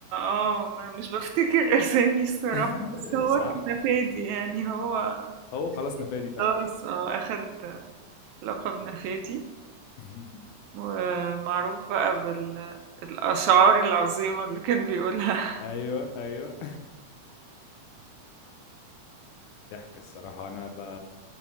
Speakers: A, on the right (about 80°); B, on the left (about 80°).
A: اه ما مش بفتكر اسامي الصراحة
B: <laughs>
A: بس هو
B: صح
A: كان نفادي يعني هو
B: هو خلاص نفادي
A: <laughs>
B: فعلا
A: خلاص اه اخد لقب نفادي
B: <laughs>
A: ومعروف بقى بالأشعار العظيمة اللي كان بيقولها
B: ايوه ايوه ضحك الصراحة أنا ب...